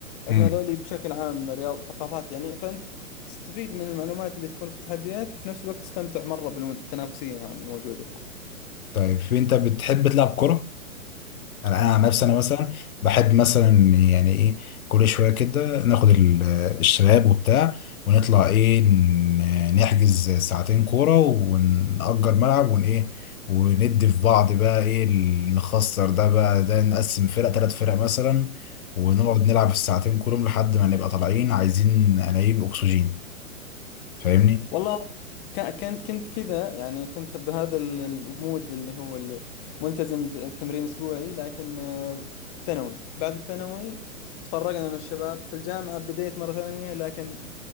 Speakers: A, on the left; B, on the left.
A: لكن
B: امم
A: هذول بشكل عام رياض ثقافات يعني فأنت تستفيد من المعلومات اللي تكون في التحديات وفي نفس الوقت تستمتع مرة بالتنافسية يعني الموجودة
B: طيب في أنت بتحب تلعب كرة؟ انا انا عن نفسي انا مثلا بحب مثلا يعني ايه كل شويه كده ناخد ال- الشباب وبتاع ونطلع ايه ن- نحجز ساعتين كوره ونأجر ملعب ون ايه وندي في بعض بقى ايه ال- نخسر ده بقى ده نقسم فرق ثلاث فرق مثلا ونقعد نلعب الساعتين كلهم لحد ما نبقى طالعين عايزين انابيب اكسجين فاهمني
A: والله ك- كنت كنت كذا يعني كنت بهذا ال- المود اللي هو ال- ملتزم بتمرين اسبوعي لكن آه، في الثانوي بعد الثانوي تفرقنا من الشباب في الجامعة بديت مرة ثانية لكن